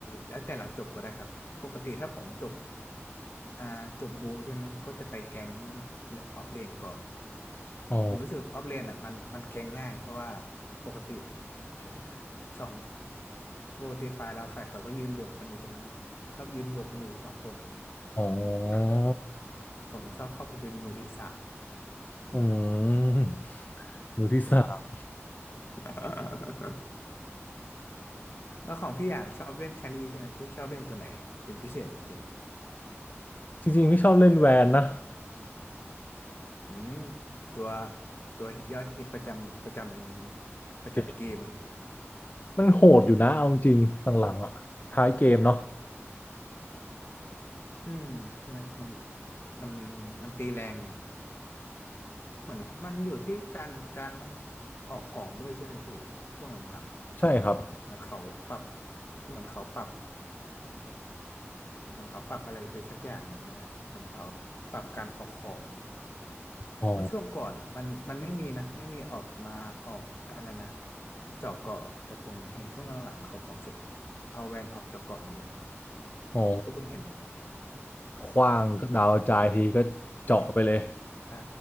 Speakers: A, on the left; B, on the left.
A: แล้วแต่เราจบก็ได้ครับปกติถ้าผมจบอ่าจบบูใช่ไหมก็จะไปแก๊งออฟเลนก่อน
B: อ๋อ
A: ผมรู้สึกออฟเลนอ่ะมันมันแก๊งง่ายเพราะว่าปกติ <laughs> สองปกติฝ่ายเราฝ่ายเขาก็ยืนบวกกันอยู่ตรงนั้นชอบยืนบวกกันอยู่สองคน
B: อ๋อ
A: ผมชอบเข้าไปเป็นมือที่สาม
B: อืมมือที่สาม
A: อืม <laughs> แล้วของพี่อย่างชอบเล่นแครี่ใช่ไหมพี่ชอบเล่นตัวไหนเป็นพิเศษไหมพี่
B: จริงๆพี่ชอบเล่นแวนนะ
A: อืมตัวตัวยอดฮิตประจำประจำประจำเกม
B: เกมมันโหดอยู่นะเอาจริงๆหลังๆอ่ะท้ายเกมเนาะ
A: อืมใช่ไหมมันมันมันตีแรง เหมือนมันอยู่ที่การการออกของด้วยใช่ไหมพี่ช่วงหลัง
B: ใช่ครับ
A: ๆเหมือนเขาปรับเหมือนเขาปรับเหมือนเขาปรับอะไรไปสักอย่างหนึ่งนนแหละเหมันเขาปรับการออกของ
B: อ๋อ
A: เพราะช่วงก่อนอ่ะมันมันไม่มีนะไม่มีออกมาออกอะไรนะเจาะเกาะแต่ผมเห็นช่วงหลังๆเขาออกจะเอาแวนออกเจาะเกาะกันเลย
B: อ๋อ
A: ก็เพิ่งเห็นเหมือนกัน
B: ขว้างดาวกระจายทีก็เจาะไปเลย
A: เออ